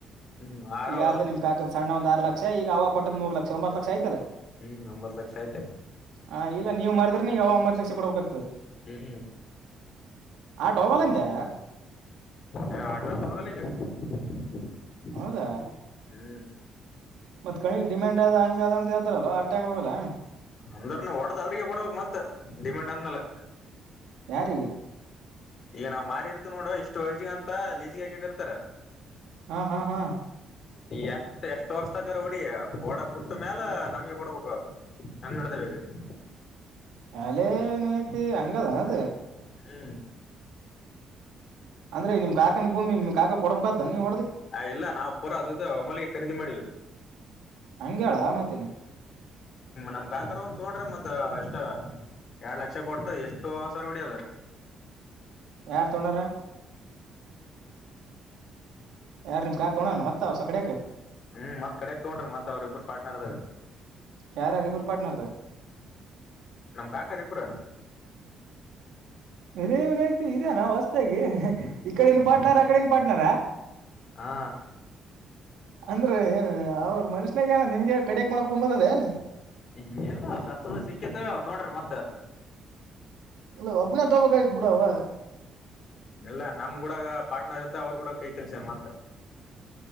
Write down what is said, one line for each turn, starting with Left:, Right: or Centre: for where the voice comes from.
Left: ಹ್ಮ್ ಆರ
Right: ಈಗ
Left: ಹ್ಮ್
Right: ಯಾರ್ದು ನಿಮ್ ಕಾಕಂದ ಸಣ್ಣದು ಒಂದ ಆರು ಲಕ್ಷ ಈಗ ಅವಾಗ ಕೊಟ್ಟದ್ ಮೂರು ಲಕ್ಷ ಒಂಬತ್ತು ಲಕ್ಷ ಆಯತಲ್ಲ..
Left: ಹ್ಮ್ ಒಂಬತ್ ಲಕ್ಷ ಐತೆ.
Right: ಹಾ ಇಲ್ಲ ನೀವು ಮಾರದ್ರೆ ನೀಗ ಅವಾಗ ಒಂಬತ್ತ ಲಕ್ಷ ಕೊಡ್ಬೇಕಕ್ಗ್ತದ.
Left: ಹ್ಮ್
Right: ಆಟ
Left: ಹ್ಮ್
Right: ಹೋಗಲ್ಲಂದೆ
Left: ಹ ಅಟಾವ.. <unintelligible>
Right: ಹೌದಾ
Left: ಹ್ಮ್
Right: ಮತ್ ಕೈಗ್ ಡಿಮ್ಯಾಂಡ್ ಅದ ಹಂಗ ಅದ ಅಂತ ಹೇಳತಾರಲ್ಲೊ ಆ ಟಂಗ್ ಹೋಗಲ್ಲ.
Left: ಅಂದ್ರನು ಹೊಡದ ಅವ್ರಿಗೆ ಕೊಡ್ಬೇಕಕ್ ಮತ್ ಡಿಮ್ಯಾಂಡ್ ಅಂದ್ಮೇಲೆ.
Right: ಯಾರಿಗೆ.
Left: ಈಗ ನಾವ್ ಮಾರಿ ಇರ್ತವಿ ನೋಡು ಇಷ್ಟು ವಯಸಗ ಅಂತ ಲೀಜಿಗೆ ಹಾಕೊಂಡಿರ್ತಾರ.
Right: ಹಾ ಹಾ ಹಾ
Left: ನೀ ಎಷ್ಟ್ ಎಷ್ಟ್ ವರ್ಷಗರು ಬಿಡಿ ಬಿಟ್ಟ ಮ್ಯಾಲ ನಮಗೆ ಕೊಡ್ಬೇಕ. <unintelligible>
Right: ಅಲೆೇನೈತಿ ಹಂಗದಾನ ಅದು.
Left: ಹ್ಮ್
Right: ಅಂದ್ರೆ ನಿಮ್ಮ ಕಾಕಂದುಭೂಮಿ ನಿಮ್ಮ ಕಾಕನಿಗೆ ಕೊಡಬೇಕೇನು
Left: ಆ ಇಲ್ಲ ನಾವು ಪೂರ ಅದು ಒಮ್ಮೆಳಿಗೆ ಖರೀದಿ ಮಾಡಿದೇವು.
Right: ಹಂಗೇಳ ಮತ್ತೇನ್
Left: ನಮ್ಮ ಕಾಕರ ಒಂದ ತಕೊಂಡರ ಮತ್ ಎಷ್ಟ. ಎರಡು ಲಕ್ಷ ಕೊಟ್ಟು ಎಷ್ಟು ಸರಿ ಬಿಡಿಯೋದು.
Right: ಯಾರ್ ತಕೊಂಡರ. ಯಾರು ನಿಮ್ ಕಾ ತಗೋಣ ಮತ್ತ ಹೊಸಕಡಿಯಕ.
Left: ಹ್ಮ್ ಮತ್ ಕಡೆ ತಗೊಂಡ್ರಿ ಮತ್ ಅವ್ರರಿಬ್ರು ಪ್ಯಾಟರ್ನ್ ಆದರ.
Right: ಯಾರೇ ಇಬ್ಬರು ಪ್ಯಾಟರ್ನ್ಲೆ.
Left: ನಮ್ಮ ಕಾಕಾರ ಇಬ್ರ.
Right: ಅಲೆ ನೀವನೈತಿ ಇದೆನ ಹೊಸ್ತಾಗಿ ಇಕಡೆನು ಪಾರ್ಟ್ನರ್ ಆಕಡೆನು ಪಾರ್ಟನರ.
Left: ಆ
Right: ಅಂದ್ರ ಏನ ಅವರ ಮನುಷ್ಯನಾಗ ಏನ ನಿಮಗೆ ಕಡಿಯಕ್ ಮಾಡ್ಕೊ ಬಂದದ ಏನ.
Left: ಎ ಇಲ್ಲಾ ಶಾಸ್ತ್ರದ ಸಿಕ್ಕೇತ್ ತೊಂಡ್ರಿ ಮತ್ತ.
Right: ಇಲ್ಲ ಒಬ್ಬನ ತಗೋಬೇಕಾಗಿತ್ ಬಿಡ ಅವಾ.
Left: ಇಲ್ಲಾ ನಮ್ಮ ಕೂಡಗ ಪಾರ್ಟನರ್ ಇದ್ದಾ ಅವರ ಕೂಡ ಕೈ ಕಲ್ಸೇನ್ ಮತ್ತ.